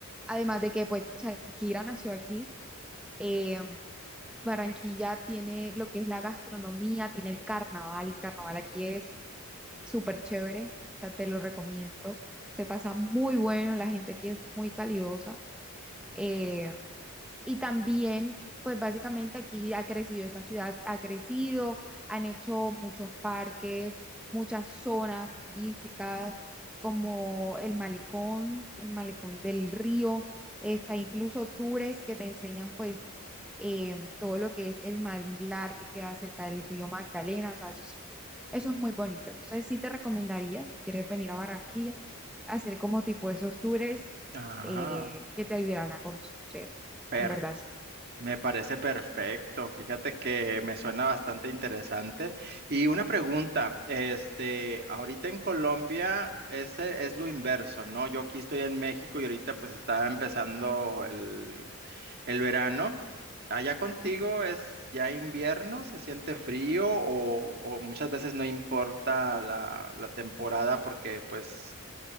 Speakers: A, in the centre; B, on the right (about 45°).
A: Además de que pues Shakira nació aquí, eh, Barranquilla tiene lo que es la gastronomía, tiene el carnaval, el carnaval aquí es súper chévere, o sea, te lo recomiendo. Se pasa muy bueno, la gente aquí es muy calidosa. eh, y también, pues básicamente aquí ha crecido, esta ciudad ha crecido, han hecho muchos parques, muchas zonas turísticas, como el malecón, el malecón del río, está incluso tours que te enseñan pues eh, todo lo que es el manglar que queda cerca del río Magdalena, o sea, eso es, eso es muy bonito. Entonces sí te recomendaría, si quieres venir a Barranquilla, hacer como tipo esos tours
B: Ah,
A: eh, que te ayudarán a conocer
B: per-
A: en verdad sí.
B: me parece perfecto. Fíjate que me suena bastante interesante. Y una pregunta, este, ahorita en Colombia ese es lo inverso, ¿no? Yo aquí estoy en México y ahorita pues está empezando el, el verano. Allá contigo
A: Ujú.
B: es ya invierno, se siente frío o, o muchas veces no importa la, la temporada porque pues